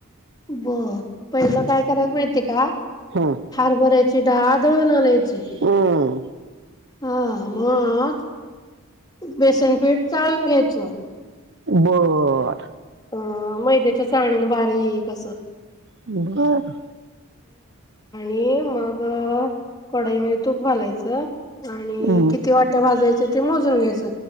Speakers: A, on the left; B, on the right.
A: बर पहिलं काय करायला माहितीये का?
B: हम्म
A: हरभऱ्याची डाळ डळून आणायची
B: हम्म
A: हा मग बेसनपीठ चाळून घ्यायचं
B: बर...
A: अ मैद्याच्या चाळणीने बारीक अस
B: बर..
A: हे मग अ.. कडाईमध्ये तूप घालायचं आणि
B: हम्म
A: किती वाट्या भाजायच ते मोजून घ्यायचं